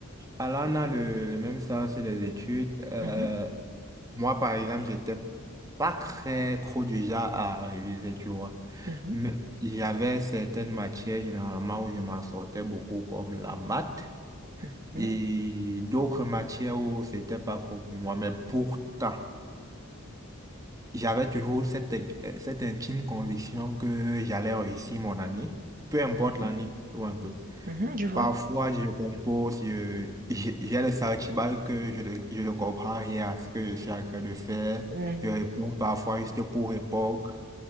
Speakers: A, on the right; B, on the right.
A: Alan a le, le même sens des études. Euh,
B: Mhm,
A: moi, par exemple, j'étais pas très trop du genre à réviser, tu vois.
B: mhm,
A: Mais j'avais certaines matières généralement où je m'en sortais beaucoup, comme la maths,
B: mhm,
A: et d'autres matières où c'était pas trop pour moi. Mais pourtant, j'avais toujours cette, euh, cette intime conviction que j'allais réussir mon année, peu importe
B: mhm,
A: l'année, tout un peu.
B: mhm, je vois.
A: Parfois, je compose, je- j'ai j'ai le sentiment que je ne je ne comprends rien à ce que je suis en train de faire.
B: Mhm.
A: Je réponds parfois juste pour répondre.